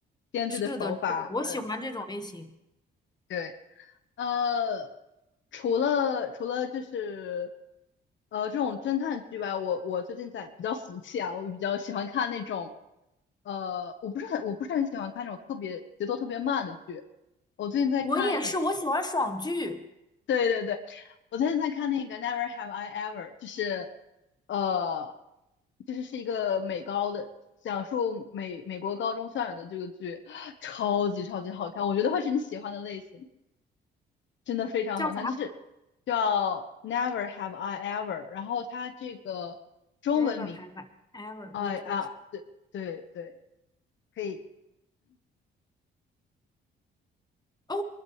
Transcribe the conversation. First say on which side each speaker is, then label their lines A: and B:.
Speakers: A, on the left (about 70°); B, on the left (about 20°).
A: 编剧的手法，
B: 是的，是的，我喜欢这种类型。
A: 对对，呃，除了除了就是呃这种侦探剧吧，我我最近在比较俗气啊，我比较喜欢看那种呃我不是很我不是很喜欢看那种特别节奏特别慢的剧，我最近在看。
B: 我也是，我喜欢爽剧，
A: 对对对，我最近在看那个《Never Have I Ever》，就是呃，就是是一个美高的，讲述美美国高中校园的这个剧，超级超级好看，我觉得会是你喜欢的类型，真的非常好看，
B: 叫啥
A: 就是叫《Never Have I Ever》，然后它这个中文名，
B: ？Never have I ever.
A: 哎啊，
B: Wait, wait.
A: 对对对，可以。
B: 哦，